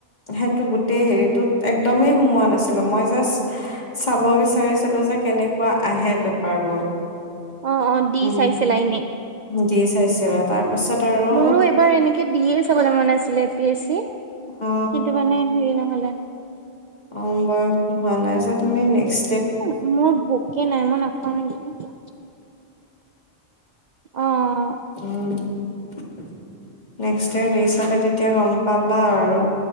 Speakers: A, on the left (about 35°); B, on the right (about 70°).
A: সেইটো গোটেই হেৰিতটোত এক্দমেই সুমোৱা নাছিলো, মই জাষ্ট, চাব বিচাৰ ছিলো যে কেনেকুৱা আহে পেপাৰ বোৰ।
B: অ অ দি
A: উম
B: চাইছিলা এনেই
A: উঠাইছিল আৰু তাৰ পাছত আৰু
B: মোৰো এইবাৰ এনেকে দিয়ে বলে মন আছিলে এ পি এছ চি।
A: অ
B: কিন্তু মানে হেৰি নহ'লে। <unintelligible>
A: অম বয়সটো হোৱা নাই যে তুমি নেক্স
B: উ মোৰ ভোকে নাই, মই নাখাওঁ নেকি। অ'অ'
A: উম নেক্সইয়াৰ দি ছালে তেতিয়া গম পাবা আৰু,